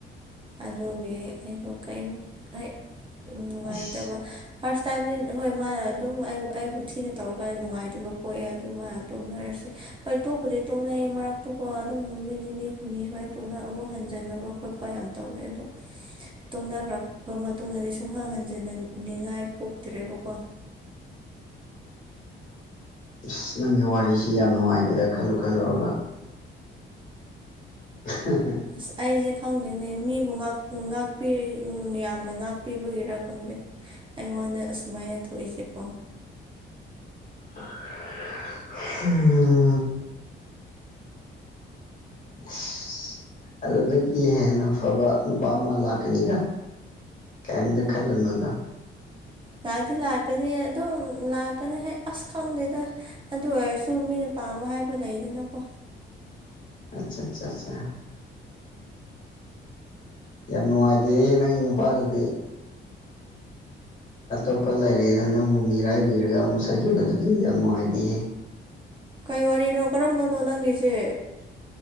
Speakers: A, on the right (about 25°); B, on the left (about 40°).
A: ꯑꯗꯨꯒꯤ ꯑꯩꯗꯣ ꯀꯩꯝ ꯍꯦꯛ ꯅꯨꯡꯉꯥꯏꯇꯕ
B: ꯑꯁ
A: ꯐꯥꯔꯁ ꯇꯥꯏꯝꯗꯤ ꯍꯣꯏ ꯃꯥꯅ ꯑꯗꯨꯝ ꯑꯩꯕꯨ ꯊꯤꯅ ꯇꯧꯔꯀꯥꯟꯗ ꯅꯨꯡꯉꯥꯏꯇꯕ ꯄꯣꯛꯑꯦ ꯑꯗꯨ ꯃꯥꯅ ꯇꯣꯡꯅꯔꯁꯦ ꯍꯣꯏ ꯇꯣꯛꯄꯨꯗꯤ ꯇꯣꯛꯅꯩꯌꯦ ꯃꯔꯛꯇꯀꯣ ꯑꯗꯨꯝ ꯅꯨꯃꯤꯠ ꯅꯤꯅꯤ ꯍꯨꯝꯅꯤ ꯁꯨꯃꯥꯏꯅ ꯇꯣꯛꯅ ꯑꯃꯨꯛ ꯍꯟꯖꯟꯅꯕ ꯈꯣꯠꯄ ꯌꯥꯝ ꯇꯧꯋꯦ ꯑꯗꯣ ꯇꯣꯡꯅꯈ꯭ꯔꯕ ꯃꯇꯨꯡꯗꯗꯤ ꯁꯨꯡꯍꯟ ꯍꯟꯖꯤꯟ ꯅꯤꯡꯉꯥꯏ ꯄꯣꯛꯇ꯭ꯔꯦꯕꯀꯣ
B: ꯏꯁ ꯅꯪꯒꯤ ꯋꯥꯔꯤꯁꯤ ꯌꯥꯝ ꯅꯨꯡꯉꯥꯏꯗꯦꯗ ꯈꯜꯂꯨ ꯈꯜꯂꯨꯔꯒ <unintelligible>
A: ꯑꯁ ꯑꯩꯁꯦ ꯈꯪꯗꯦꯅꯦ ꯃꯤꯕꯨ ꯉꯥꯛ ꯉꯥꯛꯄꯤ ꯎꯝ ꯌꯥꯝꯅ ꯉꯥꯛꯄꯤꯕꯒꯤꯔꯥ ꯈꯪꯗꯦ ꯑꯩꯉꯣꯟꯗ ꯑꯁꯨꯃꯥꯏꯅ ꯊꯣꯛꯏꯁꯤꯀꯣ
B: <unintelligible> ꯍꯨꯝ ꯑꯁ ꯑꯗꯨꯗꯒꯤ ꯍꯦꯟꯅ ꯐꯕ ꯅꯨꯄꯥ ꯑꯃ ꯂꯥꯛꯀꯅꯤꯗ ꯀꯦꯝꯗ ꯈꯜꯂꯨꯅꯣꯗ
A: ꯂꯥꯛꯇꯤ ꯂꯥꯛꯀꯅꯤ ꯑꯗꯨꯝ ꯂꯥꯛꯀꯅꯤ ꯍꯥꯏ ꯑꯁ ꯈꯪꯗꯦꯗ ꯑꯗꯨ ꯑꯣꯏꯔꯁꯨ ꯃꯤꯅ ꯄꯥꯝꯕ ꯍꯥꯏꯕ ꯂꯩꯗꯅꯀꯣ
B: ꯑꯆꯥꯆꯥꯆꯥ ꯌꯥꯝ ꯅꯨꯡꯉꯥꯏꯇꯦ ꯅꯪꯒꯤ ꯅꯨꯄꯥꯗꯨꯗꯤ ꯑꯇꯣꯞꯄ ꯂꯩꯔꯦꯅ ꯅꯪꯕꯨ ꯃꯤꯔꯥꯏꯕꯤꯔꯒ ꯑꯃꯨꯛ ꯆꯠꯈꯤꯕꯗꯨꯗꯤ ꯌꯥꯝ ꯅꯨꯡꯉꯥꯏꯇꯦꯍꯦ
A: ꯀꯩ ꯋꯥꯔꯤꯅꯣ ꯀꯔꯝꯕꯅꯣ ꯅꯪꯒꯤꯁꯦ